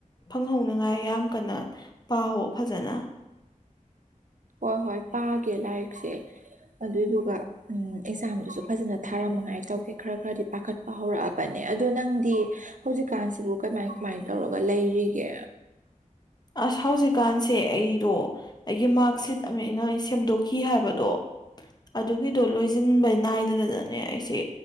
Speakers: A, on the left; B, on the right.
A: ꯐꯪꯍꯧꯅꯉꯥꯏ ꯌꯥꯝ ꯀꯟꯅ ꯄꯥꯍꯧ ꯐꯖꯅ
B: ꯍꯣꯏ ꯍꯣꯏ ꯄꯥꯒꯦ ꯂꯥꯏꯔꯤꯛꯁꯦ ꯑꯗꯨꯏꯗꯨꯒ ꯎ ꯑꯦꯛꯖꯥꯝꯗꯨꯁꯨ ꯐꯖꯅ ꯊꯥꯔꯝꯃꯉꯥꯏ ꯇꯧꯒꯦ ꯈꯔ ꯈꯔꯗꯤ ꯄꯥꯈꯠꯄ ꯍꯧꯔꯛꯑꯕꯅꯦ ꯑꯗꯣ ꯅꯪꯗꯤ ꯍꯧꯖꯤꯛꯀꯥꯟꯁꯤꯕꯨ ꯀꯃꯥꯏ ꯀꯃꯥꯏ ꯇꯧꯔꯒ ꯂꯩꯔꯤꯒꯦ
A: ꯑꯁ ꯍꯧꯖꯤꯛꯀꯥꯟꯁꯦ ꯑꯩꯗꯣ ꯑꯩꯒꯤ ꯃꯥ ꯁꯤꯠ ꯑꯃ ꯑꯩꯅ ꯑꯩ ꯁꯦꯝꯗꯣꯛꯈꯤ ꯍꯥꯏꯕꯗꯣ ꯑꯗꯨꯒꯤꯗꯣ ꯂꯣꯏꯁꯤꯟꯕ ꯅꯥꯏꯗꯗꯅꯅꯦ ꯑꯩꯁꯦ